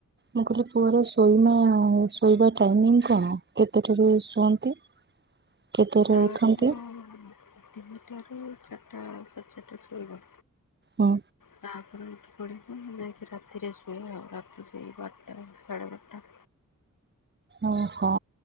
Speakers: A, on the right; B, on the left.
A: ମୁଁ କହିଲି ପୁଅର ଶୋଇ ମା ଶୋଇବା ଟାଇମଂ କଣ? କେତେଟାରେ ଶୁଅନ୍ତି। <inaudible>
B: ତାରନ
A: ଉଠନ୍ତି?
B: ତିନିଟାରୁ ଚାରିଟା ସାଢ଼େ ଚାରିଟା ଶୋଇବ।
A: ହଁ।
B: ତାପରେ ମୁଁ ଉଠି ପଡିବି। ମୁଁ ଯାଇକି ରାତିରେ ଶୁଏ। ଆଉ ରାତି ସେଇ ବାରଟା ସାଢେ ବାରଟା।
A: ଓହୋ